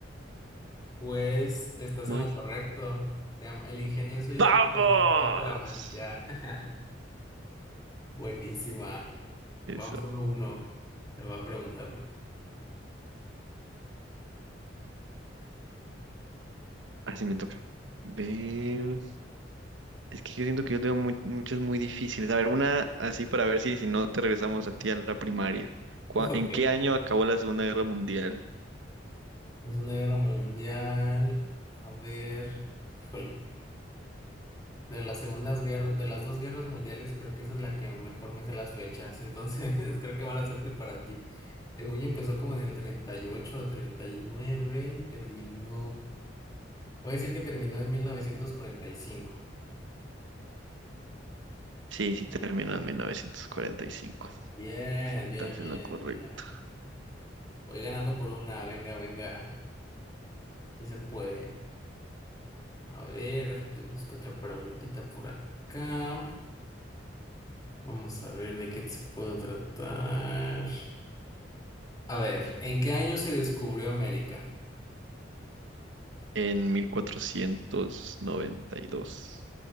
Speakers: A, on the left; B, on the right.
A: Pues estás
B: ¿no
A: en lo
B: es?
A: correcto. Se llama El ingenioso Hidalgo
B: ¡Vamos!
A: del Quijote de la Mancha. <laughs> Buenísima.
B: Eso,
A: Vamos uno a uno. Te va a preguntarme.
B: así me toca. Ver, es que yo siento que yo tengo mu- muchos muy difíciles. A ver, una así para ver si, si no te regresamos a ti a la primaria. ¿Cuá-
A: Ok.
B: ¿En qué año acabó la Segunda Guerra Mundial?
A: Vamos una guerra mundial. A ver. Híjole. De las segundas guerras, de las dos guerras mundiales, creo que esa es la que mejor me sé las fechas. Entonces, <laughs> creo que mala suerte para ti. Según yo empezó como en el 38 o treinta y nueve y terminó. Voy a decir que terminó en mil novecientos cuarenta y cinco
B: Sí, sí, terminó en 1945.
A: Bien, bien,
B: Estás
A: bien,
B: en lo correcto.
A: venga. Voy ganando por una, venga, venga. Si se puede. A ver, déjate busco otra preguntita por acá. Vamos a ver de qué se puedo tratar. A ver, ¿en qué año se descubrió América?
B: En 1492.